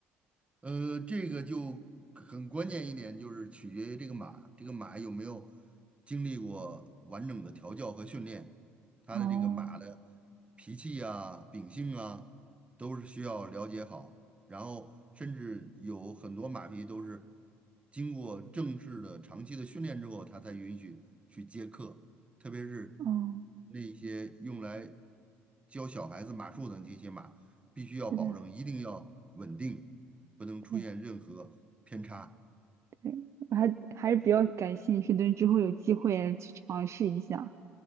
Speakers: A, on the right (about 20°); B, on the right (about 50°).
A: 呃，这个就很关键一点，就是取决于这个马，这个马有没有经历过完整的调教和训练，它的这个马的
B: 哦
A: 脾气啊、秉性啊，都是需要了解好。然后，甚至有很多马匹都是经过正式的长期的训练之后，它才允许去接客，特别是
B: 哦，
A: 那些用来教小孩子马术的这些马。必须要保证，
B: 是的，
A: 一定要稳定，不能出现任何偏差。
B: 对对，我还还是比较感兴趣的，之后有机会去尝试一下。